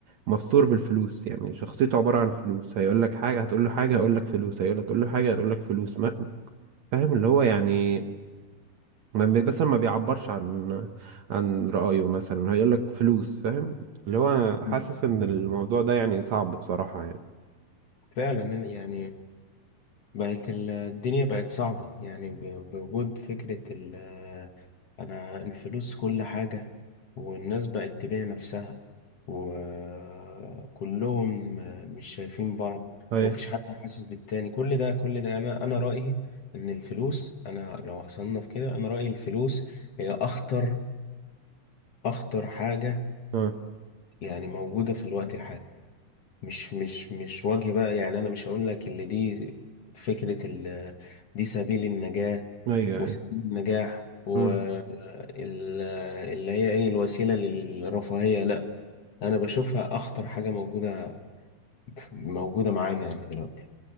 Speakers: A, on the right (about 65°); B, on the left (about 50°).
A: مستور بالفلوس يعني شخصيته عبارة عن فلوس هيقول لك حاجة هتقول له حاجة هيقول لك فلوس هيقول لك تقول له حاجة هيقول لك فلوس ما فاهم اللي هو يعني ما بي- مثلا ما بيعبرش عن عن رأيه مثلا هيقول لك فلوس فاهم اللي هو حاسس
B: مم.
A: ان الموضوع ده يعني صعب بصراحة يعني
B: فعلا يعني بقت ال- الدنيا بقت صعبة يعني ب- بوجود فكرة ال أنا الفلوس كل حاجة والناس بقت تبيع نفسها وكلهم مش شايفين بعض
A: ايوه
B: ومفيش حد حاسس بالتاني كل ده كل ده أنا أنا رأيي إن الفلوس أنا لو هصنف كده أنا رأيي الفلوس هي أخطر أخطر حاجة
A: اه
B: يعني موجودة في الوقت الحالي مش مش مش وجه بقى يعني انا مش هقول لك ان دي فكرة ال دي سبيل النجاة
A: ايوه
B: وسبيل
A: ايوه
B: النجاح واللي
A: امم
B: هي ايه الوسيلة للرفاهية لا انا بشوفها اخطر حاجة موجودة موجودة معانا يعني دلوقتي